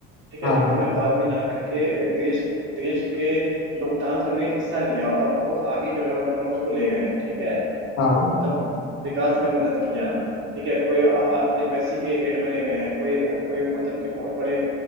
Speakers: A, on the right (about 65°); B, on the left (about 55°).
A: ठीक है
B: हाँ
A: जिन्होंने
B: हाँ
A: बाद में जा करके देश देश के लोकतंत्र में हिस्सा लिया और बहुत आगे जो है उन्होंने उसको ले गए ठीक है
B: हाँ
A: मतलब विकास में मदद किया ठीक है कोई एम्बेसी के हेड बने हुए हैं कोई कोई मतलब कि बहुत बड़े